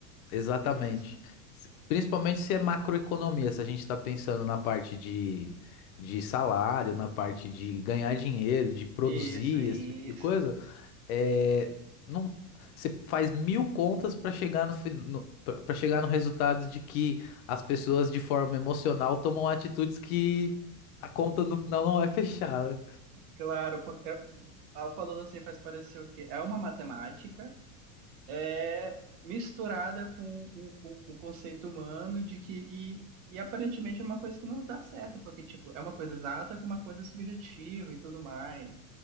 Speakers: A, on the left; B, on the right.
A: exatamente.
B: Isso.
A: Se- Principalmente se é macroeconomia, se a gente está pensando na parte de, de salário, na parte de ganhar dinheiro, de produzir,
B: Isso, isso.
A: esse tipo de coisa. É, não, você faz mil contas para chegar no, fin- no para chegar no resultado de que as pessoas de forma emocional tomam atitudes que a conta no final não vai fechar, né?
B: Claro, porque é, ah, falando assim faz parecer o quê? É uma matemática é, misturada com o, o- o conceito humano de que e, e aparentemente é uma coisa que não dá certo, porque tipo, é uma coisa exata com uma coisa subjetiva e tudo mais.